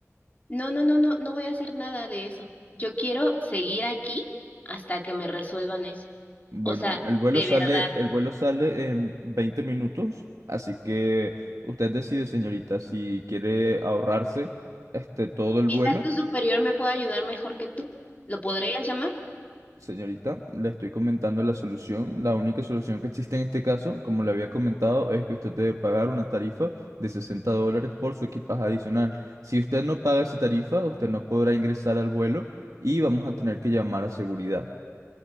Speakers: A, on the left; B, on the right.
A: No, no, no, no, no voy a hacer nada de eso. Yo quiero seguir aquí hasta que me resuelvan eso.
B: Bueno,
A: O sea,
B: el vuelo
A: de
B: sale,
A: verdad.
B: el vuelo sale en 20 minutos, así que usted decide, señorita, si quiere ahorrarse, este, todo el
A: Quizás
B: vuelo.
A: tu superior me pueda ayudar mejor que tú. Lo podrías llamar.
B: Señorita, le estoy comentando la solución. La única solución que existe en este caso, como le había comentado, es que usted debe pagar una tarifa de 60 dólares por su equipaje adicional. Si usted no paga esa tarifa, usted no podrá ingresar al vuelo y vamos a tener que llamar a seguridad.